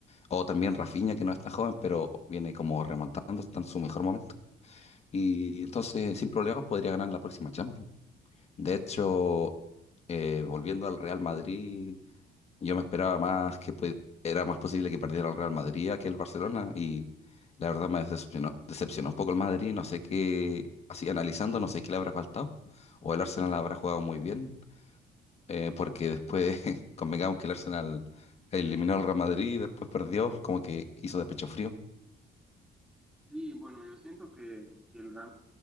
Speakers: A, on the left; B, in the centre.
A: O también Rafinha, que no es tan joven, pero viene como remontando, está en su mejor momento. Y entonces, sin problemas, podría ganar la próxima Champions. De hecho, eh, volviendo al Real Madrid, yo me esperaba más que pue- era más posible que perdiera el Real Madrid a que el Barcelona. Y la verdad me decepcionó, decepcionó un poco el Madrid. No sé qué, así analizando, no sé qué le habrá faltado. O el Arsenal habrá jugado muy bien, eh, porque después <laughs> convengamos que el Arsenal eliminó al Real Madrid y después perdió, como que hizo de pecho frío.
B: Sí, bueno, yo siento que el Real